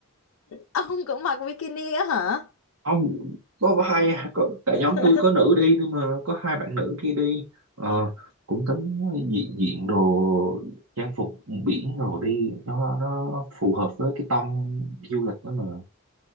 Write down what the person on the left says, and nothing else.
ông cũng mặc bikini á hả
<laughs>